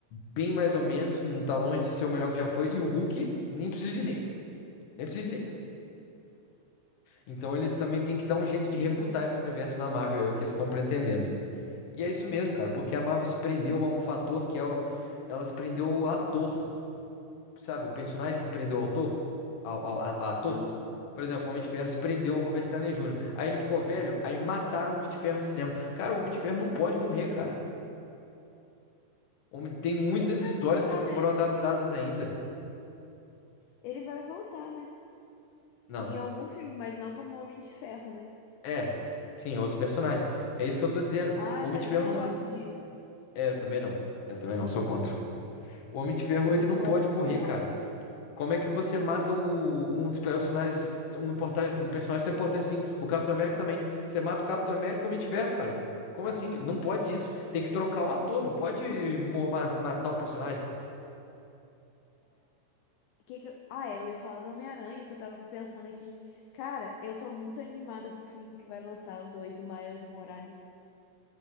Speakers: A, on the left (about 60°); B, on the left (about 80°).
A: bem mais ou menos, não tá longe de ser o melhor que já foi. E o Hulk, nem preciso dizer, nem preciso dizer. Então eles também têm que dar um
B: entendi.
A: jeito de rebutar esse universo da Marvel, é o que eles estão pretendendo. E é isso mesmo, cara, porque a Marvel se prendeu a um fator que é o... ela se prendeu ao ator, sabe? O personagem que prendeu o autor, ao, ao- a- a ator.
B: Aham.
A: Por exemplo, o Homem de Ferro se prendeu ao Robert Downey Jr. Aí ele ficou velho, aí mataram o Homem de Ferro no cinema. Cara, o Homem de Ferro não pode morrer, cara. Homem- Tem muitas
B: Ele vai
A: histórias
B: voltar,
A: que não
B: né?
A: foram adaptadas ainda.
B: Ele vai voltar, né?
A: Não,
B: Em algum filme, mas não como Homem de Ferro, né?
A: É, sim, outro personagem. É isso que eu tô dizendo.
B: Ah,
A: O
B: mas
A: Homem de Ferro
B: eu não
A: não.
B: gosto disso.
A: É, eu também não. É, Eu também não, sou contra. O Homem de Ferro,
B: Eu
A: ele
B: não
A: não
B: gosto
A: pode
B: disso,
A: morrer,
B: não.
A: cara. Como é que você mata o- um dos personagens, um, importar- um personagem tão importante assim? O Capitão América também. Você mata o Capitão América e o Homem de Ferro, cara. Como assim? Não pode isso. Tem que trocar o ator, não pode mo- ma- matar o personagem, pô.
B: Que que eu- Ah, é, eu ia falar do Homem-Aranha, que eu tava pensando aqui. Cara, eu tô muito animada pro filme que vai lançar, o 2, o Miles Morales.